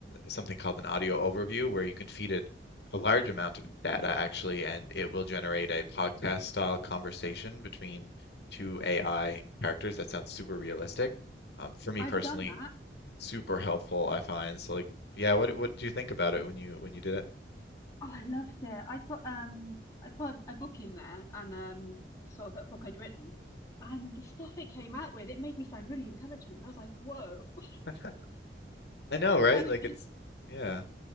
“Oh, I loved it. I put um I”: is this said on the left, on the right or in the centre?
Left